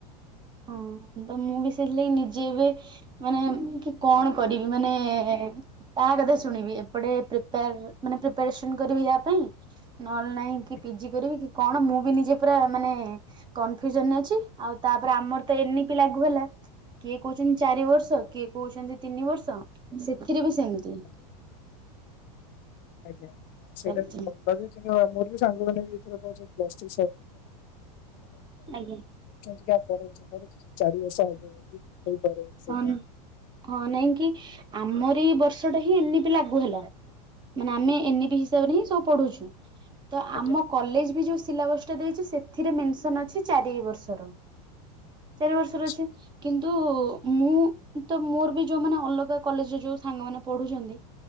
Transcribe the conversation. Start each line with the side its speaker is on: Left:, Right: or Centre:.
Right: ହଁ ତ ମୁଁ ବି ସେଲେନି ନିଜେ ଏବେ ମାନେ କି କଣ କରିବି ମାନେ କାହା କଥା ଶୁଣିବି ଏପଟେ ପ୍ରିପାର୍ ମାନେ ପ୍ରିପାରେସନ୍ କରିବି ୟା ପାଇଁ ନହେଲେ ନାଇଁ କି
Left: ଆଜ୍ଞା
Right: ପିଜି କରିବି କି କଣ ମୁଁ ବି ନିଜେ ପୁରା ମାନେ କନଫ୍ୟୁଜନ୍ ରେ ଅଛି ଆଉ ତାପରେ ଆମର ତ ଏନିପି ଲାଗୁ ହେଲା। କିଏ କହୁଚନ୍ତି ଚାରି ବର୍ଷ କିଏ କହୁଚନ୍ତି ତିନି ବର୍ଷ ସେଥିରେ ବି ସେମ୍ତି।
Left: ଆଜ୍ଞା ଆଜ୍ଞା ସେଇଟା
Right: ଚାଲିଛି।
Left: ବି <unintelligible> <unintelligible> ମୋର ବି ସାଙ୍ଗମାନେ ବି ଏଥର <inaudible> କହୁଚନ୍ତି
Right: ଆଜ୍ଞା।
Left: କି ଆ ପରବର୍ଷ ଠାରୁ ଚାରି ବର୍ଷ ହବ ବୋଲି ହେଇପାରେ। ସେଇଟା
Right: ହଁ-ହଁ ନାଇଁ କି ଆମର ଏଇ ବର୍ଷ ଟା ହିଁ ଏନିପି ଲାଗୁ ହେଲା। ମାନେ ଆମେ ଏନିପି ହିସାବରେ ହିଁ ସବୁ ପଢୁଛୁ ତ
Left: ଆଜ୍ଞା
Right: ଆମ କଲେଜ୍ ବି ଯୋଉ ସିଲାବସ୍ ସେଥିରେ ମେନ୍ସନ୍ ଅଛି ଚାରି ବର୍ଷର ଚାରି ବର୍ଷର
Left: ଆଚ୍ଛା
Right: ଅଛି। କିନ୍ତୁ ମୁଁ ତ ମୋର ବି ଯୋଉମାନେ ଅଲଗା କଲେଜ୍ ରେ ଯୋଉ ସାଙ୍ଗମାନେ ପଢୁଚନ୍ତି